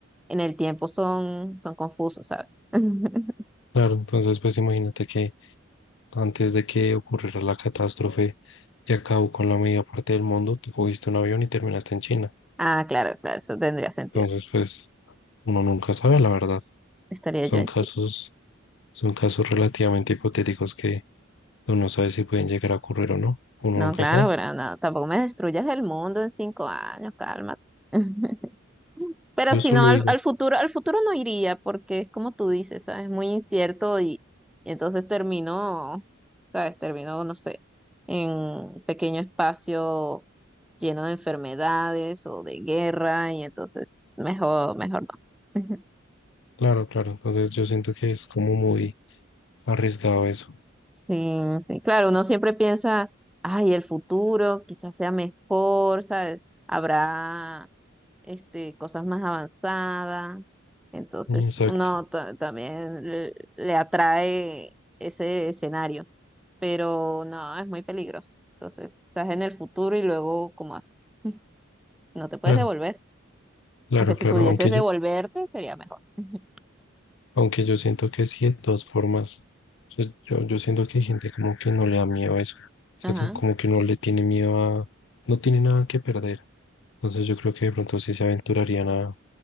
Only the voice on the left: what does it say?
claro, entonces pues imagínate que antes de que ocurriera la catástrofe y acabó con la media parte del mundo, tú cogiste un avión y terminaste en China.
Entonces, pues uno nunca sabe, la verdad.
Son
casos,
son casos relativamente hipotéticos que uno no sabe si pueden llegar a ocurrir o no. Uno
nunca
sabe.
Yo
solo
digo,
claro, claro. Entonces yo siento que es como muy arriesgado eso.
Exacto.
Claro,
claro,
claro.
Aunque
yo
Aunque yo siento que sí, de todas formas, o yo, yo siento que hay gente como que no le da miedo a eso, o sea,
que como que no le tiene miedo a, no tiene nada que perder. Entonces yo creo que de pronto sí se aventurarían a,